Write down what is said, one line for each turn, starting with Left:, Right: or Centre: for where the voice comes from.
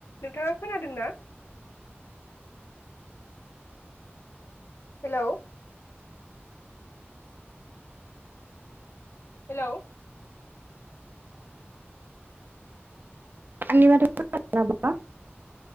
Left: नोंथाङा खोनादों ना? हेलौ हेलौ
Right: आंनि माथोखौ खोनादोंना आब'आ?